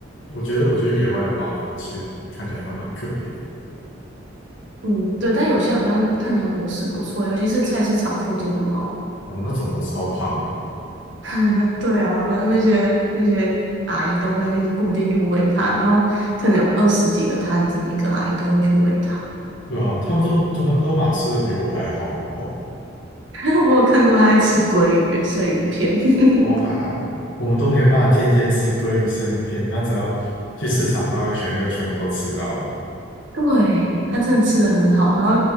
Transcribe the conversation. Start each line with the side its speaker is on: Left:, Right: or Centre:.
Left: 我觉得我觉得野外的猫其实看起来都蛮可怜的
Right: 嗯，对，但有些好像看起来伙食不错，尤其是菜市场附近的猫。
Left: 哦，那种都超胖的，
Right: <laughs> 对啊，好像那些那些阿姨都会去固定去喂它，然后可能有二十几个摊子，每个阿姨都会去喂它。
Left: 对啊，他们都他们都马吃的比我还好，好不好？
Right: <laughs> 我有看过它在吃鲑鱼、生鱼片。<laughs>
Left: 哇，我们都没有办法天天吃鲑鱼生鱼片，他只要去市场绕一圈就全部都吃到了。
Right: 对，它真的吃的很好，然后